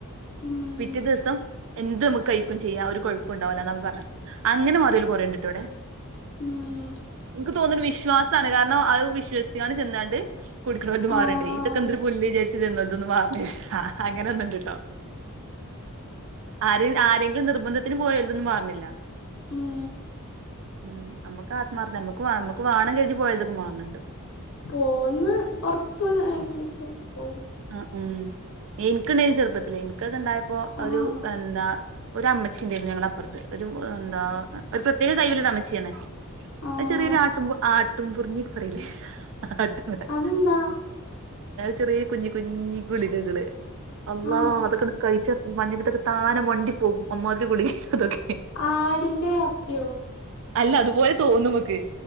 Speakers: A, on the left; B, on the right.
A: ഉം
B: പിറ്റേ ദിവസം എന്ത് നമുക്ക് കഴിക്കും ചെയ്യാം കുഴപ്പമുണ്ടാവില്ലാന്ന് അവർ പറഞ്ഞത് അങ്ങനെ മാറിയോല് കുറേണ്ടിട്ടോ ഇവിടെ
A: ഉം
B: എനിക്ക് തോന്നുന്നത് വിശ്വാസമാണ് കാരണം അത് വിശ്വസിച്ചാണ്ട് ചെന്നാണ്ട് കുടിക്കണോൽത് മാറ്ണ്ട്
A: ആഹ്
B: ഇതൊക്കെന്തൊരു
A: അതെ
B: ഇതൊക്കെ എന്തൊരു പുല്ല് ന്ന് വിചാരിച്ച് ചെല്ലുന്നവരുത് മാറുന്നില്ല അങ്ങനൊന്നുണ്ട്ട്ടോ ആര് ആരെങ്കിലും നിർബന്ധത്തിന് പോയോൾതൊന്നും മാറുന്നില്ല
A: ഉം
B: ഉം നമ്മുക്ക് ആത്മാർത്ഥ നമ്മക്ക് നമ്മുക്ക് വേണം കരുതി പോയതൊക്കെ മാറണണ്ട്
A: പോന്ന് ഉറപ്പ് <unintelligible>
B: ആ ഉം എനിക്കിണ്ടായിന് ചെറുപ്പത്തില് എനിക്കൊക്കെ ഇണ്ടായപ്പോ
A: ആഹ്
B: ഒരു എന്താ ഒരു അമ്മച്ചിന്റായിരുന്നു ഞങ്ങളെ അപ്പുറത്ത് ഒരു എന്താ ഒരു പ്രത്യേക കഴിവുള്ള അമ്മച്ചിയാണ്
A: ആഹ്
B: ചെറിയൊരു ആട്ടുംപൂർ ആ ആട്ടുംപൂർന്ന് പറയിലേ <unintelligible>
A: അതെന്താ
B: ചെറിയ കുഞ്ഞ് കുഞ്ഞി ഗുളികകള് അള്ളാ
A: ആഹ്
B: അതൊക്കെ കഴിച്ച മഞ്ഞപ്പീത്തൊക്കെ താനെ മണ്ടിപോകും അമ്മാതിരി ഗുളികെ അതൊക്കെ
A: ആടിന്റെ അപ്പിയോ
B: അല്ല അതുപോലെ തോന്നമക്ക്